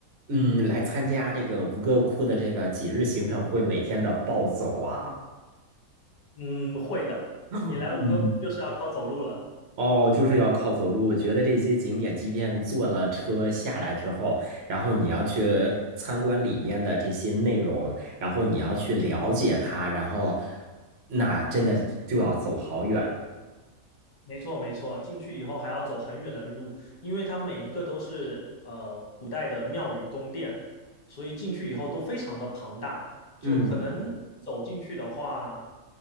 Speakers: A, on the right (about 50°); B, on the left (about 35°).
A: 嗯，来参加这个吴哥窟的这个几日行程会每天的暴走啊？
B: 嗯，会的。你来吴哥窟就是要靠走路了，
A: 嗯，哦，就是要靠走路。我觉得这些景点，即便坐了车下来之后，然后你要去参观里面的这些内容，然后你要去了解它，然后那真的就就要走好远。
B: 没错没错。进去以后还要走很远的路，因为它每一个都是呃古代的庙宇宫殿，所以进去以后都非常的庞大，就可能走进去的话，
A: 嗯。